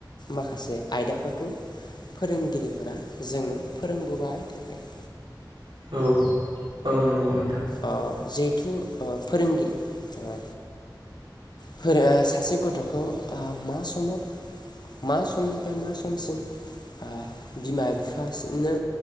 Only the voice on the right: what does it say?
औ औ नंगौ नों